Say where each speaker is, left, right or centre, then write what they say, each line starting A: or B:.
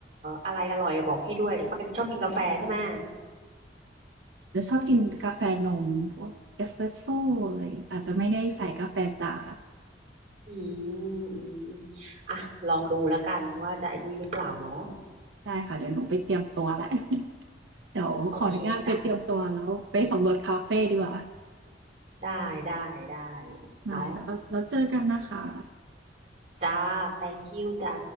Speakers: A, on the right; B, on the right.
A: อะไรอร่อยอะบอกพี่ด้วยปกติชอบกินกาแฟใช่ไหม
B: จะชอบกินกาแฟนมพวกเอสเปรสโซอะไรอาจจะไม่ได้ใส่กาแฟจ๋า
A: อืมอืมอ่ะลองดูแล้วกันว่าจะไอ้นี่หรือเปล่าเนาะ
B: ได้ค่ะเดี๋ยวหนูไปเตรียมตัวแล้ว <laughs> เดี๋ยวขออนุญาตไปเตรียมตัวแล้วไปสำรวจคาเฟดีกว่า
A: โอเคจ้ะได้ได้ได้
B: ได้ค่ะแล้วแล้วเจอกันนะคะ
A: เนาะจ้า thank you จ้า